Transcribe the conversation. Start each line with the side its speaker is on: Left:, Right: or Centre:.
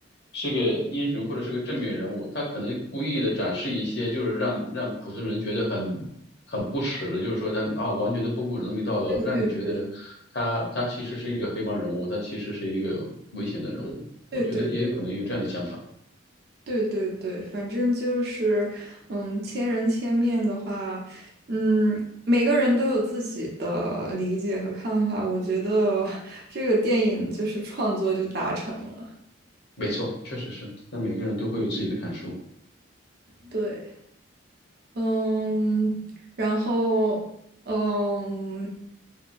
Left: 是个英雄或者是个正面人物，他可能故意的展示一些就是让让普通人觉得很很不耻的，就是说让啊完全的不顾伦理道德，
Right: 对对对
Left: 让你觉得他他其实是一个黑帮人物，他其实是一个危险的人物，我觉得也有可能有这样的想法。
Right: 对对对对，反正就是，嗯，千人千面的话，嗯，每个人都有自己的理解和看法。我觉得 <laughs> 这个电影就是创作就达成了。
Left: 没错，确实是。那每个人都会有自己的感受。
Right: 对，嗯，然后，嗯，